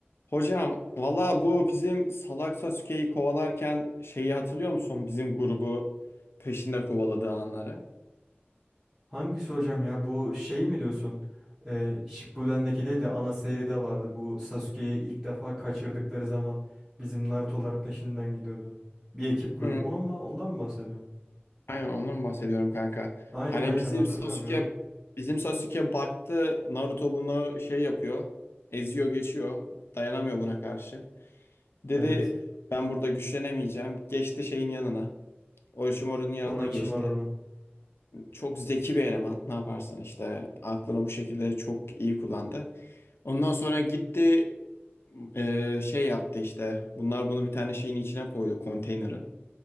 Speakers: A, on the left (about 70°); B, on the right (about 15°).
A: Hocam valla bu bizim Salak Sasuke'yi kovalarken şeyi hatırlıyor musun? Bizim grubu peşinde kovaladığı anları.
B: Hangisi hocam ya? Bu şey mi diyorsun? Ee, Shippuden'deki değil de ana seride vardı. Bu Sasuke'yi ilk defa kaçırdıkları zaman bizim Naruto'lar peşinden gidiyordu. Bir ekip kurup.
A: Hı,
B: onunla Ondan mı bahsediyorsun?
A: aynen ondan bahsediyorum kanka.
B: Aynen
A: Hani
B: aynen
A: bizim
B: hatırlıyorum
A: Sasuke
B: ya.
A: bizim Sasuke baktı Naruto bunu şey yapıyor. Eziyor geçiyor. Dayanamıyor buna karşı. Dedi
B: Evet.
A: ben burada güçlenemeyeceğim. Geçti şeyin yanına. Orochimaru'nun yanına
B: Orochimaru'nun.
A: geçti. Çok zeki bir eleman. Ne yaparsan işte aklını bu şekilde çok iyi kullandı. Ondan sonra gitti Ee, şey yaptı işte. Bunlar bunu bir tane şeyin içine koydu konteynerin.